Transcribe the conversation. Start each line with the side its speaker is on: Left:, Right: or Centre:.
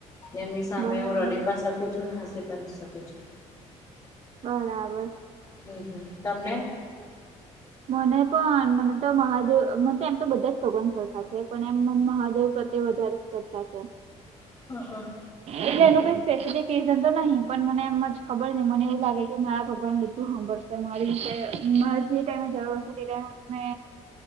Left: એમની સામે
Right: બરાબર
Left: હુ રડી પણ શકું કછું ના હાસે પંચી શકુ છું
Right: બરાબર.
Left: હમ હમ તમને
Right: મને પણ મને તો મહાદેવ મ એમ તો બધા જ ભગવાન સરખા છે પણ એમ મ મહાદેવ પ્રત્યે વધારે શ્રદ્ધા છે.
Left: હા હા
Right: એટલે એનું કોઈ સ્પેસિફિક રીઝન તો નહી પણ મને એમમાં જ ખબર નહી મને એવું લાગે કે મારા ભગવાન બધું હાભળશે મારી જે મારી જે ટાઈમે જરૂર હશે તે ટાઈમે મે